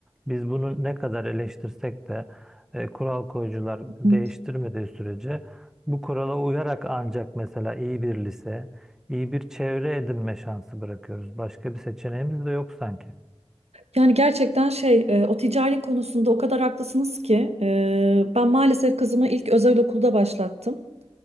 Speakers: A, in the centre; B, on the right.
A: Biz bunu ne kadar eleştirsek de e, kural koyucular
B: Evet.
A: değiştirmediği sürece bu kurala uyarak ancak mesela iyi bir lise İyi bir çevre edinme şansı bırakıyoruz. Başka bir seçeneğimiz de yok sanki.
B: Yani gerçekten şey e, o ticari konusunda o kadar haklısınız ki e, ben maalesef kızımı ilk özel okulda başlattım.